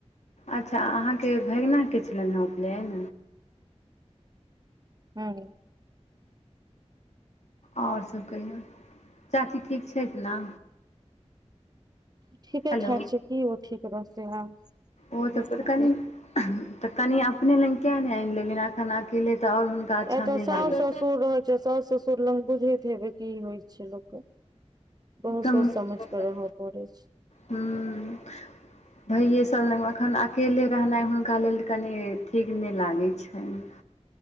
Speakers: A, on the left; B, on the right.
A: अच्छा अहाँके भगिनाके छलनि हँ उपलेन
B: हँ
A: आओर सब कहियौ चाची ठीक छथि न
B: ठीके
A: हेलो
B: ठाक छै की ओ ठीक रहतै आब
A: ओ
B: ठीके
A: त <unintelligible>
B: ठाक
A: क
B: छै
A: तऽ कनि अपने लग किए नहि आनि लेलियैन एखन अकेले तऽ आओर अच्छा
B: एतऽ
A: नहि
B: साउस
A: लागै ओ
B: ससुर रहै छै साउस ससुर लग बुझैहत हेबै की होइ छै लोकके बहुत
A: तऽ
B: सोच समझ क रहय पड़ै छै
A: हूँ
B: <inaudible>
A: भइये सबले अखन अकेले रहनाइ हुनका लेल कनि ठीक नहि लागै छनि